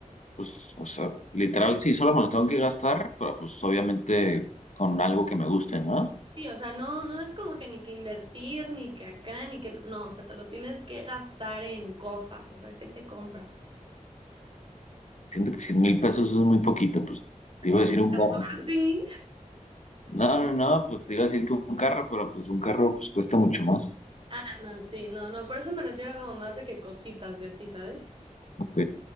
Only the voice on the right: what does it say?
Sí, o sea, no, no es como que ni que invertir, ni que acá, ni que... No, o sea, te los tienes que gastar en cosas, o sea, ¿qué te compras?
¿Ah, ¿Sí?
Ah, no, sí, no, no, por eso me refiero como más de que cositas y así, ¿sabes?